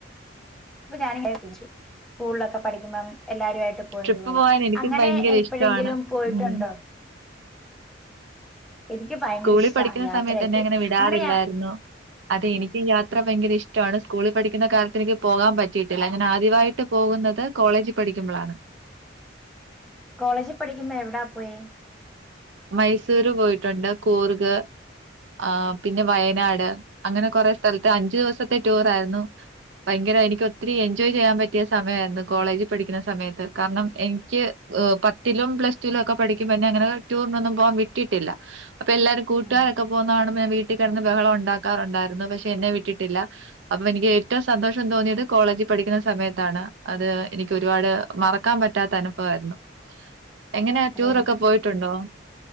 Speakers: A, in the centre; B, on the right (about 70°).
A: ഇപ്പൊ ഞാനൻ <unintelligible> സ്കൂൾലൊക്കെ പഠിക്കുമ്പം എല്ലാരു ആയിട്ട് പോയതുപോലെ
B: ട്രിപ്പ് പോകാൻ എനിക്കും
A: അങ്ങനെ
B: ഭയങ്കര
A: എപ്പഴെങ്കിലും
B: ഇഷ്ടമാണ്
A: പോയിട്ടുണ്ടോ
B: ഉം.
A: എനിക്ക് ഭയങ്കര
B: സ്കൂളിൽ
A: ഇഷ്ടാ
B: പഠിക്കുന്ന
A: യാത്രയൊക്കെ
B: സമയത്തന്നെ അങ്ങനെ വിടാറില്ലായിരുന്നു
A: ഞാൻ
B: അതെ എനിക്ക് യാത്ര ഭയങ്കര ഇഷ് ടാണ് സ്കൂളിൽ പഠിക്കുന്ന കാലത്തിനിക്ക് പോകാൻ പറ്റിയിട്ടില്ല അങ്ങനെ ആദ്യവായിട്ട് പോകുന്നത് കോളേജിൽ പഠിക്കുമ്പളാണ്
A: കോളേജിൽ പഠിക്കുമ്പോ എവിടാ പോയ
B: മൈസൂര് പോയിട്ടുണ്ട് കൂർഗ് ആഹ് പിന്നെ വയനാട് അങ്ങനെ കൊറെ സ്ഥലത്ത് അഞ്ചു ദിവസത്തെ ടൂർ ആയിരുന്നു ഭയങ്കര എനിക്ക് ഒത്തിരി എൻജോയ് ചെയ്യാൻ പറ്റിയ സമയായിരുന്നു കോളേജ് പഠിക്കുന്ന സമയത്ത് കാരണം എനി ക്ക് പത്തിലും പ്ലസ് ടുലും ഒക്കെ പഠിക്കും പന്നെ അങ്ങനെ ടൂറിനൊന്നും പോവാൻ വിറ്റിട്ടില്ല അപ്പൊ എല്ലാരും കൂട്ടുകാരൊക്കെ
A: ഉം,
B: പോകുന്ന കാണുമ്പോ ഞാ വീട്ടിൽ കട്ന്ന് ബഹളം ഉണ്ടാക്കാറുണ്ടായിരുന്നു പക്ഷെ എന്നെ വിട്ടിട്ടില്ല അപ്പൊ എനിക്ക് ഏറ്റവും സന്തോഷം തോന്നിയത് കോളേജിൽ പഠിക്കുന്ന സമയത്താണ് അത് എനിക്ക് ഒരുപാട് മറക്കാൻ പറ്റാത്ത അനുഭവായിരുന്നു എങ്ങനെ
A: അതെയോ
B: ടൂറൊക്കെ പോയിട്ടുണ്ടോ